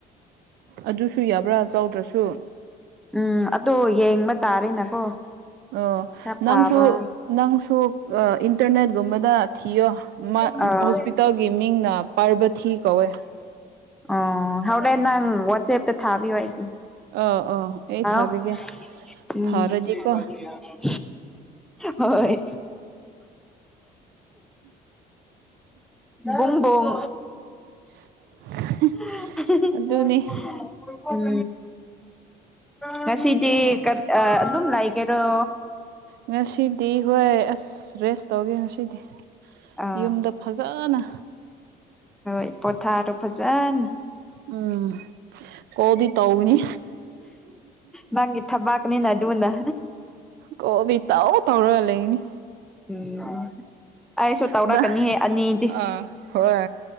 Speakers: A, on the right (about 75°); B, in the centre.
A: ꯑꯗꯨꯁꯨ ꯌꯥꯕ꯭ꯔꯥ ꯆꯥꯎꯗ꯭ꯔꯁꯨ
B: ꯎꯝ ꯑꯗꯣ ꯌꯦꯡꯕ ꯇꯥꯔꯦꯅꯀꯣ
A: ꯑꯣ
B: ꯈꯔ ꯐꯥꯕ
A: ꯅꯪꯁꯨ- ꯅꯪꯁꯨ ꯏꯟꯇꯔꯅꯦꯠꯒꯨꯝꯕꯗ ꯊꯤꯌꯣ
B: ꯑꯥ
A: ꯍꯣꯁꯄꯤꯇꯥꯜꯒꯤ ꯃꯤꯡꯅ ꯄꯥꯔꯕꯊꯤ ꯀꯧꯋꯦ
B: ꯑꯣ ꯍꯣꯔꯦꯟ ꯅꯪ ꯋꯥꯆꯦꯞꯇ ꯊꯥꯕꯤꯌꯣ ꯑꯩꯒꯤ
A: ꯑꯥ ꯑꯥ ꯑꯩ
B: ꯍꯥꯎ
A: ꯊꯥꯕꯤꯒꯦ
B: ꯎꯝ
A: ꯐꯔꯗꯤꯀꯣ
B: <inaudible> ꯍꯣꯏ ꯕꯨꯡ ꯕꯨꯡ
A: <unintelligible>
B: <unintelligible>
A: ꯑꯗꯨꯅꯤ
B: ꯎꯝ ꯉꯁꯤꯗꯤ ꯑꯗꯨꯝ ꯂꯩꯒꯦꯔꯣ
A: ꯉꯁꯤꯗꯤ ꯍꯣꯏ ꯑꯁ ꯔꯦꯁ ꯇꯧꯒꯦ ꯉꯁꯤꯗꯤ
B: ꯑ
A: ꯌꯨꯝꯗ ꯐꯖꯅ
B: ꯍꯣꯏ ꯄꯊꯥꯔꯣ ꯐꯖꯅ
A: ꯎꯝ ꯀꯣꯜꯗꯤ ꯇꯧꯒꯅꯤ
B: ꯅꯪꯒꯤ ꯊꯕꯥꯛꯅꯤꯅ ꯑꯗꯨꯅ
A: ꯀꯣꯜꯗꯤ ꯇꯧ ꯇꯧꯔꯒ ꯂꯩꯒꯅꯤ
B: ꯎꯝ ꯑꯩꯁꯨ ꯇꯧꯔꯛꯀꯅꯤꯍꯦ
A: ꯅꯪ
B: ꯑꯅꯤꯗꯤ
A: ꯑ ꯍꯣꯏ